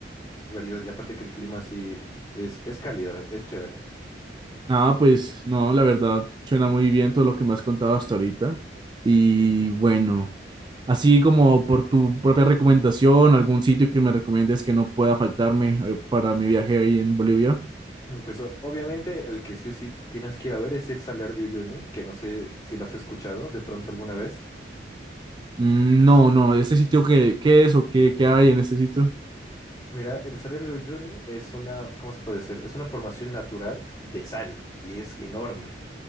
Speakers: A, on the left; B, on the right.
A: Variedad. Y aparte que el clima sí es, es cálido, es chévere.
B: Ah, pues no, la verdad, suena muy bien todo lo que me has contado hasta ahorita. Y bueno, así como por tu propia recomendación, algún sitio que me recomiendes que no pueda faltarme eh, para mi viaje ahí en Bolivia.
A: Mm, Pues o- obviamente el que sí o sí t- tienes que ir a ver es el Salar de Uyuni, que no sé si lo has escuchado de pronto alguna vez.
B: Mm, no, no, ese sitio qué, qué es o qué, qué hay en ese sitio?
A: Mira, el Salar de Uyuni es una, ¿cómo se puede decir? Es una formación natural de sal y es enorme.